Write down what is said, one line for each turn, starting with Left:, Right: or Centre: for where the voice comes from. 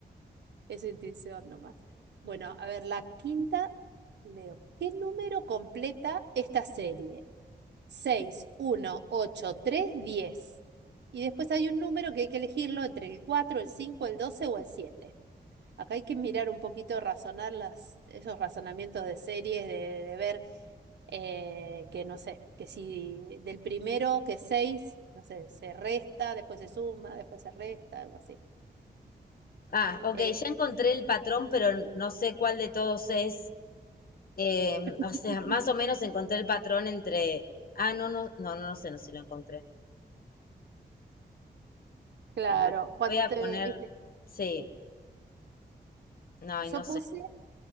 Right: Es intuición nomás. Bueno, a ver, la quinta, leo. ¿Qué número completa esta serie? seis uno ocho tres diez Y después hay un número que hay que elegirlo entre el cuatro el cinco el 12 o el siete Acá hay que mirar un poquito, razonar las, esos razonamientos de series, de, de ver eh, que no sé, que si del primero que seis, no sé, se resta, después se suma, después se resta, algo así.
Left: Ah, ok,
Right: Eh,
Left: ya encontré el patrón, pero no sé cuál de todos es. Eh,
Right: <laughs>
Left: o sea, más o menos encontré el patrón entre. Ah, no, no, no, no no sé, no sé si lo encontré.
Right: claro,
Left: Bueno,
Right: cuando
Left: voy a
Right: te,
Left: poner.
Right: viste,
Left: Sí, no, y no
Right: yo
Left: sé.
Right: puse,